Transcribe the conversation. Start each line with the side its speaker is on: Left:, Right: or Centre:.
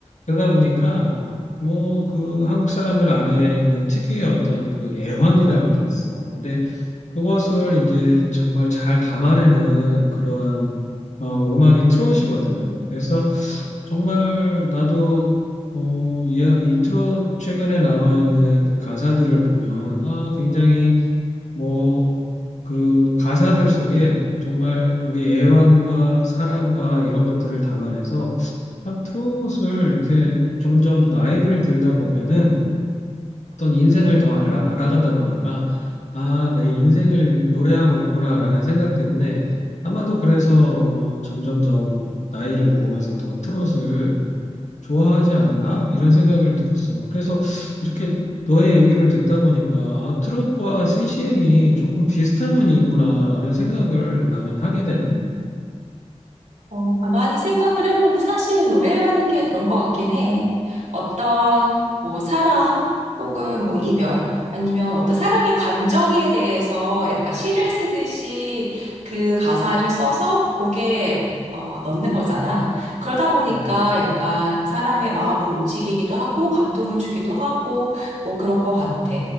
Left: 그러다 보니까 뭐 그 한국 사람들 안에 있는 특유의 어떤 그 애환이라는 게 있어. 근데 그것을 이제 정말 잘 담아내는 그러한 어, 음악이 트롯이거든. 그래서 정말 나도 어, 이, 이 트롯 최근에 나와 있는 그 가사들을 보면 아, 굉장히 뭐, 그 가사들 속에 정말 우리 애환과 사랑과 이런 것들을 담아내서 참 트롯을 이렇게 점점 나이를 들다 보면은 어떤 인생을 더 알아, 알아가다 보니까 아, 내 인생을 노래하고 있구나라는 생각 때문에 아마도 그래서 어, 점점점 나이를 먹으면서 더 트롯을 좋아하지 않나? 이런 생각을 들었어. 그래서 이렇게 너의 얘기를 듣다 보니까 아, 트롯과 CCM이 조금 비슷한 면이 있구나라는 생각을 나는 하게 되네.
Right: 어, 가만히 생각을 해보니 사실 노래라는 게 그런 것 같긴 해. 어떤 뭐 사랑 혹은 뭐 이별 아니면 어떤 사랑의 감정에 대해서 약간 시를 쓰듯이 그 가사를 써서 곡에 어, 넣는 거잖아. 그러다 보니까
Left: 음.
Right: 약간 사람의 마음을 움직이기도 하고 감동을 주기도 하고 뭐 그런 것 같아.